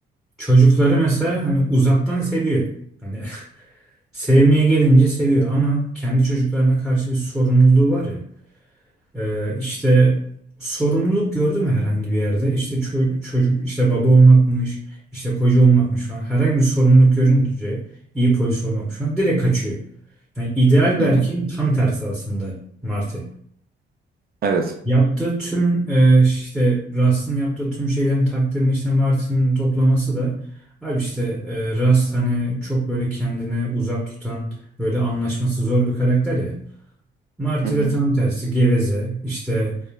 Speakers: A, in the centre; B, on the right (about 50°).
A: çocukları mesela hani uzaktan seviyor. Hani <laughs> sevmeye gelince seviyor ama kendi çocuklarına karşı bir sorumluluğu var ya. Ee, işte sorumluluk gördü mü herhangi bir yerde? İşte ço- çocuk, işte baba olmakmış, işte koca olmakmış falan. Herhangi bir sorumluluk görünce iyi polis olmakmış falan direkt kaçıyor. Yani ideal bir
B: Hı
A: erkeğin
B: hı.
A: tam tersi aslında Marty.
B: Evet.
A: Yaptığı tüm e, işte Rust'ın yaptığı tüm şeylerin takdirini işte Martin'in toplaması da abi işte e, Rust hani çok böyle kendini uzak tutan böyle anlaşması zor bir karakter ya. Marti
B: Hı hı.
A: de tam tersi geveze işte